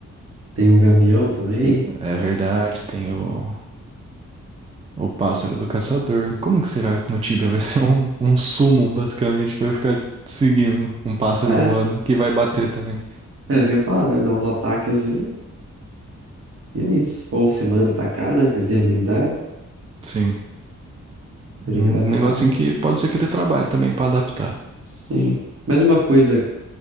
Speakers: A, on the right; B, on the right.
A: tenha o gavião também.
B: É verdade, tem o, o pássaro do caçador. Como que será no Tibia? Vai ser <laughs> um, um summon, basicamente, que vai ficar seguindo um pássaro
A: É,
B: voando, que vai bater
A: é
B: também.
A: é isso que eu ia falar, né? Dá uns ataques e, e é isso. Ou você manda atacar, né? Que tem habilidade.
B: Sim.
A: Teria
B: Um
A: que adaptar.
B: negocinho que pode ser que dê trabalho também pra adaptar.
A: Sim. Mas uma coisa